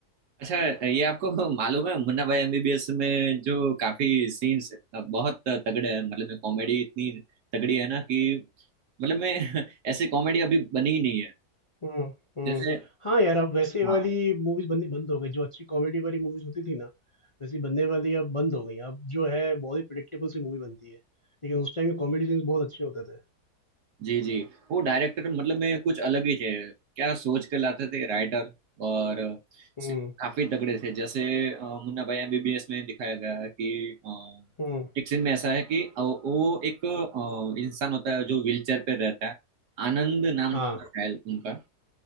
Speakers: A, on the right; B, on the left.
A: अच्छा ये आपको <laughs> मालूम है मुन्ना भाई एमबीबीएस में जो काफी सीन्स बहुत तगड़े हैं मतलब में कॉमेडी इतनी तगड़ी है ना कि मतलब में <laughs> ऐसी कॉमेडी अभी बनी ही नहीं है
B: हम्म हम्म
A: जैसे
B: हाँ यार अब वैसे वाली
A: हाँ
B: मूवीज बननी बंद हो गई जो अच्छी कॉमेडी वाली मूवीज होती थी ना वैसी बनने वाली अब बंद हो गई अब जो है बहुत ही प्रिडिक्टेबल सी मूवी बनती है लेकिन उस टाइम के कॉमेडी सीन्स बहुत अच्छे होते थे
A: जी जी वो डायरेक्टर मतलब में कुछ अलग ही थे क्या सोच के लाते थे राइटर और
B: हम्म
A: काफी तगड़े थे जैसे अ, मुन्ना भाई एमबीबीएस में दिखाया गया है कि अ,
B: हम्म
A: एक सीन में ऐसा है कि अ, वो एक अ, इंसान होता है जो व्हीलचेयर पे रहता है आनंद नाम
B: हाँ
A: था शायद उनका